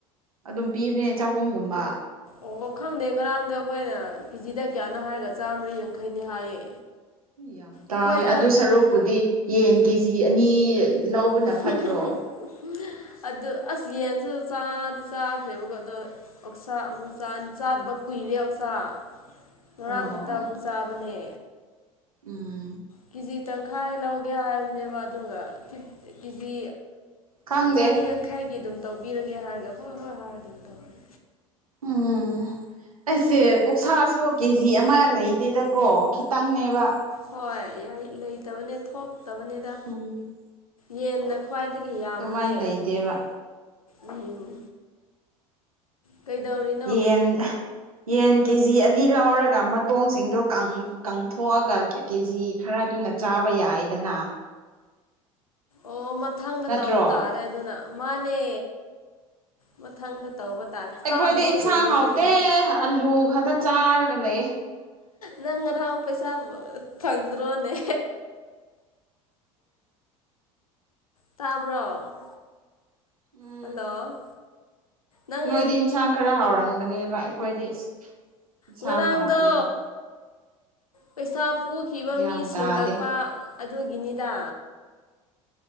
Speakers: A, on the right; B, on the left.
A: ꯑꯗꯨꯝ ꯄꯤꯕꯅꯦ ꯆꯍꯨꯝꯒꯨꯝꯕ
B: ꯑꯣ ꯈꯪꯗꯦ ꯉꯔꯥꯡꯗ ꯑꯩꯈꯣꯏꯅ ꯀꯦꯖꯤꯗ ꯀꯌꯥꯅꯣ ꯍꯥꯏꯔꯒ ꯆꯥꯝꯃꯔꯤ ꯌꯥꯡꯈꯩꯅꯤ ꯍꯥꯏꯌꯦ
A: ꯌꯥꯝ ꯇꯥꯡꯉꯦ
B: ꯑꯩꯈꯣꯏꯗ
A: ꯑꯗꯨ ꯁꯔꯨꯛꯄꯨꯗꯤ ꯌꯦꯟ ꯀꯦꯖꯤ ꯑꯅꯤ ꯂꯧꯕꯅ
B: <unintelligible>
A: ꯐꯠꯇ꯭ꯔꯣ
B: ꯑꯗꯨ ꯑꯁ ꯌꯦꯟꯁꯨ ꯆꯥꯗꯤ ꯆꯥꯈ꯭ꯔꯦꯕꯀꯣ ꯑꯗꯣ ꯑꯣꯛꯁꯥ ꯑꯃꯨꯛ ꯆ ꯆꯥꯗꯕ ꯀꯨꯏꯔꯦ ꯑꯣꯛꯁꯥ ꯉꯔꯥꯡ
A: ꯑꯣ
B: ꯈꯛꯇ ꯑꯃꯨꯛ ꯆꯥꯕꯅꯦ
A: ꯎꯝ
B: ꯀꯦꯖꯤ ꯇꯪꯈꯥꯏ ꯂꯧꯒꯦ ꯍꯥꯏꯕꯅꯦꯕ ꯑꯗꯨꯒꯤ ꯀꯦꯖꯤ
A: ꯈꯪꯗꯦ
B: ꯆꯅꯤ ꯌꯥꯡꯈꯩꯒꯤ ꯑꯗꯨꯝ ꯇꯧꯕꯤꯔꯒꯦ ꯍꯥꯏꯔꯒ ꯍꯣꯏ ꯍꯣꯏ ꯍ ꯑꯗꯨꯝ ꯇꯧꯔꯒꯦ
A: ꯎꯝ ꯑꯩꯁꯦ ꯑꯣꯛꯁꯥꯁꯨ ꯀꯦ ꯖꯤ ꯑꯃ ꯂꯩꯇꯦꯗꯀꯣ ꯈꯤꯇꯪꯅꯦꯕ
B: ꯍꯣꯏ ꯂꯩꯇꯕꯅꯦ ꯊꯣꯛꯇꯕꯅꯦꯗ
A: ꯎꯝ
B: ꯌꯦꯟꯅ ꯈ꯭ꯋꯥꯏꯗꯒꯤ ꯌꯥꯝꯕꯅꯦ
A: ꯑꯗꯨꯃꯥꯏꯅ ꯂꯩꯇꯦꯕ
B: ꯎꯝ ꯀꯩꯗꯧꯔꯤ
A: ꯌꯦꯟ ꯌꯦꯟ ꯀꯦ ꯖꯤ ꯑꯅꯤ ꯂꯧꯔꯒ ꯃꯇꯣꯡꯁꯤꯡꯗꯣ ꯀꯪꯊꯣꯛꯑꯒ ꯀꯦꯖꯤ ꯈꯔꯗꯨꯅ ꯆꯥꯕ ꯌꯥꯏꯗꯅ
B: ꯑꯣ ꯃꯊꯪꯗ
A: ꯅꯠꯇ꯭ꯔꯣ
B: ꯇꯧꯕ ꯇꯥꯔꯦ ꯑꯗꯨꯅ ꯃꯥꯅꯦ ꯃꯊꯪꯗ ꯇꯧꯕ ꯇꯥꯔꯦ ꯆꯥꯗꯕ
A: ꯑꯈꯣꯏꯗꯤ ꯏꯟꯁꯥꯡ
B: ꯀꯨꯏꯔꯦ
A: ꯍꯥꯎꯇꯦ
B: ꯑꯗꯨꯒꯤꯅꯦ
A: ꯑꯂꯨ ꯈꯛꯇ ꯆꯥꯔꯒ ꯂꯩꯌꯦ꯫
B: ꯅꯪ ꯉꯔꯥꯡ ꯄꯩꯁꯥ ꯐꯪꯗ꯭ꯔꯣꯅꯦ꯫ ꯇꯥꯕ꯭ꯔꯣ
A: ꯎꯝ
B: ꯍꯜꯂꯣ ꯅꯪ
A: ꯅꯣꯏꯗꯤ ꯏꯟꯁꯥꯡ ꯈꯔ ꯍꯥꯎꯔꯝꯒꯅꯤꯕ ꯑꯈꯣꯏꯗꯤ ꯑꯁ꯫ ꯏꯟꯁꯥꯡ
B: ꯉꯔꯥꯡꯗꯣ
A: ꯍꯥꯎꯇꯦꯕ
B: ꯄꯩꯁꯥ ꯄꯨꯈꯤꯕ
A: ꯒ꯭ꯌꯥꯟ
B: ꯃꯤ ꯁꯤꯡꯂꯛꯄ꯫
A: ꯇꯥꯗꯦ
B: ꯑꯗꯨꯒꯤꯅꯤꯗ